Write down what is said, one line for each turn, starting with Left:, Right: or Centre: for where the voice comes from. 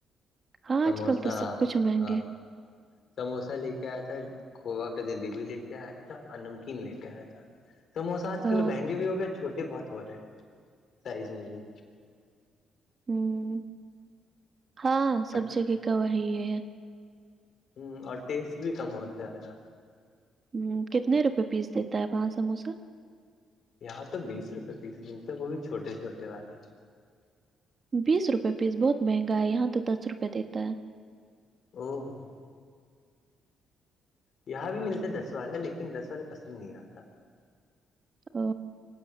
Right: ہاں
Left: سموسہ
Right: آج کل تو سب کچھ مہنگے
Left: ہاں سموسہ لے کے آیا تھا کھووا کا جلیبی لے کے آیا تھا اور نمکین لے کے آیا تھا سموسہ آج
Right: آ،
Left: کل مہنگے بھی ہو گئے چھوٹے بہت ہو رہے ہے سائز میں بھی
Right: ہوں ہاں سب
Left: اور
Right: جگہ کا وہی یہ ہے
Left: ہ اور ٹیسٹ بھی کم ہوتا ہے ارا
Right: ہ کتنے روپئے پیس دیتا ہے وہاں سموسہ
Left: یہاں تو بیس روپے پیس ملتے ہے وہ بھی چھوٹے چھوٹے والے
Right: بیس روپے پیس بہت مہنگا ہے یہاں تو دس روپے دیتا ہے
Left: او یہاں بھی ملتا ہے دس والا لیکن دس والا پسند نہیں آتا
Right: ا